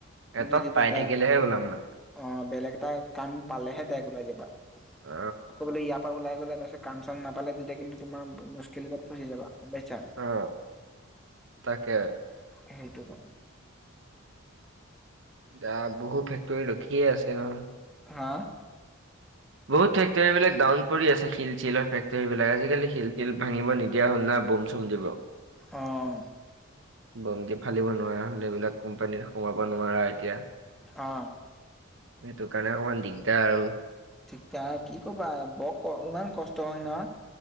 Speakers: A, in the centre; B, on the right.
A: তুমি
B: এটাত
A: যদি
B: পাই
A: তাইক
B: থাকিলেহে ওলাম মানে।
A: অ বেলেগ এটা কাম পালেহে দাইগ ওলাই যাবা,
B: অ
A: আকৌ বোলে ইয়াৰ পৰা ওলাই গ'লে তাৰিছত কাম চাম নাপালে তেতিয়া কিন্তু তোমাৰ মুস্কিলাত ফচি যাব গম পাইছা?
B: অ তাকে।
A: সেইটো ন,
B: দ বহুত ফেক্টৰী ৰখিয়ে আছে নহয়।
A: হা?
B: বহুত ফেক্টৰী বিলাক ডাউন পৰি আছে শিল ছিলৰ ফেক্টৰী বিলাক আজিকালি শিল ছিল ভাঙিব নিদিয়া হল ন বোম, উম দিব।
A: অঁ।
B: বন্তি ফালিব নোৱাৰা হ'লে এইবিলাক কোম্পানীত সোমাব নোৱাৰা এতিয়া।
A: অ।
B: সেইটো কাৰণে অকণমান দিগদাৰ আৰু।
A: ঠিকাক আৰু কি ক'বা বৰ ইমান কষ্ট হয় ন?